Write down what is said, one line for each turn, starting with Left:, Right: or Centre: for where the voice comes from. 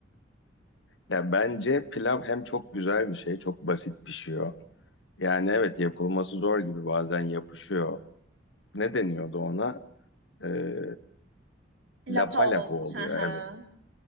Left: Ya bence pilav hem çok güzel bir şey, çok basit pişiyor. Yani evet yapılması zor gibi bazen yapışıyor. Ne deniyordu ona? E,
Right: Lapa
Left: lapa lapa
Right: olma.
Left: oluyor.
Right: Ha ha.
Left: evet.